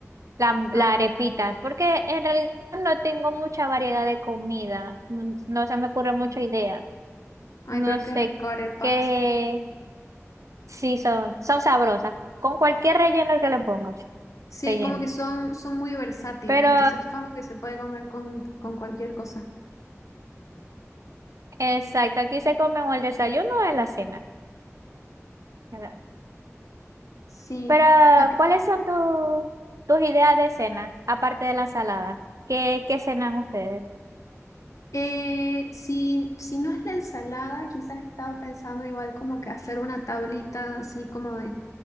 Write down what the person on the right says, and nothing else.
La, la
arepita, porque en realidad no tengo mucha variedad de comida, mm, no se me ocurre mucha idea,
no
sé
qué, sí son, son sabrosas, con cualquier relleno que le pongo,
relleno.
Pero,
exacto, aquí se come o el desayuno o en la cena. ¿verdad?
Pero,
¿cuáles son tu- tus ideas de cena, aparte de la ensalada? ¿Qué, qué cenan ustedes?